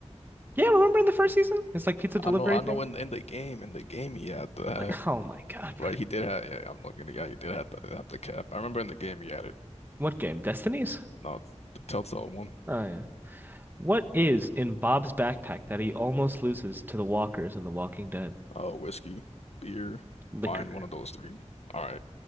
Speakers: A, on the right; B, on the left.
A: Yeah, remember in the first season? It's like pizza
B: I
A: delivery
B: know, I
A: thing.
B: know. In in the game, in the game, he had the hat.
A: What? Oh my God.
B: Right, he did have. Yeah, I'm looking. Yeah, he did have the have the cap. I remember in the game he had it.
A: What game? Destinies?
B: No, it's the Telltale one.
A: Oh yeah. What is in Bob's backpack that he almost loses to the walkers in The Walking Dead?
B: Oh, whiskey, beer,
A: Liquor.
B: wine. One of those three. All right.